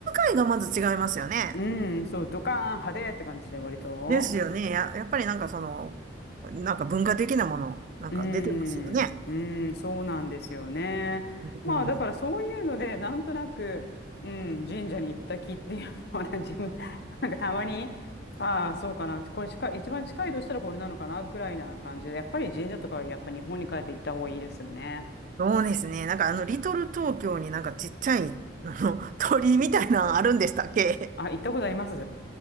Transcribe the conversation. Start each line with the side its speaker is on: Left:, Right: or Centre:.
Right: 使いがまず違いますよね。
Left: うん、そう、ドカーン派手って感じで割と。
Right: ですよね。や、やっぱりなんかその、なんか文化的なもの、なんか出てますよね。
Left: うーん、うーん、そうなんですよね。まあだからそういうのでなんとなく、
Right: うん。
Left: うん、神社に行った気っていうのはね <laughs> 自分なんかたまにああそうかなこれ近い一番近いとしたらこれなのかなぐらいな感じでやっぱり神社とかはやっぱ日本に帰って行った方がいいですよね。
Right: そうですね。なんかあの、リトル東京になんかちっちゃい、<laughs> あの、鳥居みたいなのあるんでしたっけ
Left: あ行ったことあります